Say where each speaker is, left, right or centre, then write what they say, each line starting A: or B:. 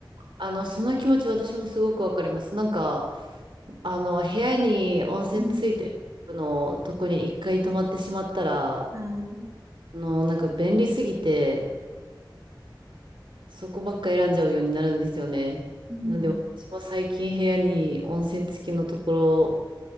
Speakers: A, on the right (about 75°); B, on the right (about 40°).
A: あの、その気持ち私もすごくわかります。なんか、あの、部屋に温泉ついてるのとこに一回泊まってしまったら、
B: うん。あー
A: あの、なんか便利すぎて、そこばっか選んじゃうようになるんですよね。
B: うん
A: なんで私も最近部屋に温泉付きのところを